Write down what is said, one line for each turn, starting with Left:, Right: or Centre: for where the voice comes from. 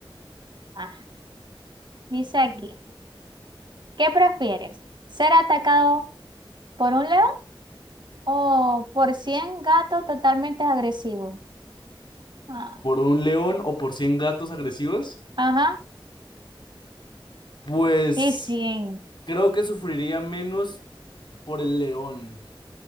Right: ajá. Dice aquí, ¿qué prefieres? ¿Ser atacado por un león o por 100 gatos totalmente agresivos? Ah,
Left: ¿Por un león o por 100 gatos agresivos?
Right: ajá,
Left: Pues
Right: y 100.
Left: creo que sufriría menos por el león.